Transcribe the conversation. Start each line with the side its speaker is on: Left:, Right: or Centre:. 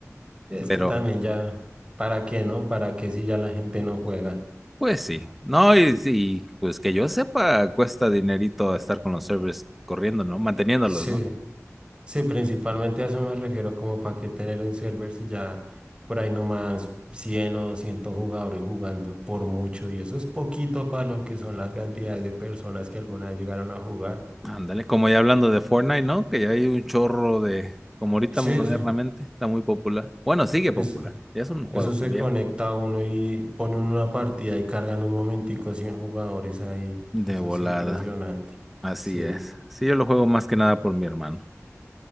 Right: Es
Centre: Pero
Right: que también ya, ¿para qué, no? ¿Para qué si ya la gente no juega?
Centre: Pues sí, no, y, y, pues que yo sepa, cuesta dinerito estar con los servers corriendo, ¿no? Manteniéndolos,
Right: Sí,
Centre: ¿no?
Right: sí, principalmente a eso me refiero, como para qué tener un server si ya por ahí nomás 100 o 200 jugadores jugando por mucho y eso es poquito para lo que son las cantidades de personas que alguna vez llegaron a jugar.
Centre: Ándale, como ya hablando de Fortnite, ¿no? Que ya hay un chorro de, como ahorita
Right: Sí,
Centre: modernamente,
Right: eso,
Centre: está muy popular. Bueno, sigue popular,
Right: eso,
Centre: ya es un juego
Right: eso se
Centre: viejo.
Right: conecta a uno y ponen una partida y cargan un momentico 100 jugadores ahí.
Centre: De
Right: Eso
Centre: volada,
Right: es impresionante.
Centre: así
Right: Sí.
Centre: es. Sí, yo lo juego más que nada por mi hermano.